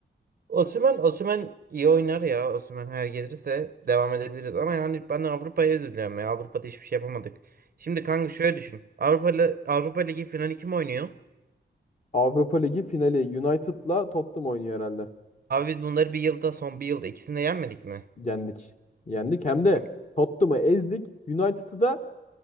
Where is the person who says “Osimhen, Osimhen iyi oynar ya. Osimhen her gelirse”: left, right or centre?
Right